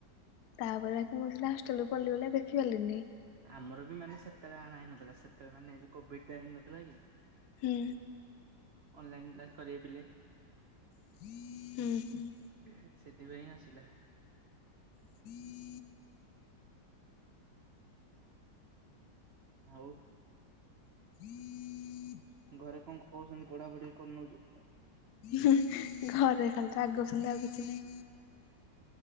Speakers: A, on the left; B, on the right.
A: ତାପରେ ବାକି ମୁଁ ସିନା ହଷ୍ଟେଲକୁ ପଳେଇଲି ବୋଲି ଆଉ ଦେଖି ପାରିଲିନି।
B: ଆମର ବି ମାନେ ସେତେବେଳେ ଆଣା ହେଇନଥିଲା ସେତେବେଳେ ମାନେ କୋଭିଡ ଟାଇ ନଥିଲା କି?
A: ହୁଁ
B: ଅନଲାଇନ କ୍ଲାସ କର ପିଲେ।
A: ହୁଁ।
B: ଉ ହୁଁ ସେଥିପାଇଁ ହିଁ ଆସିଲା।
A: <inaudible>
B: ଆଉ
A: <inaudible>
B: ଘରେ କଣ କହୁଛନ୍ତି ପଢାପଢି କରୁନ ଯୁ?
A: ହୁଁ ହୁଁ ଘରେ ଖାଲି ରାଗ ହଉଛନ୍ତି ଆଉ କିଛି ନାଇ।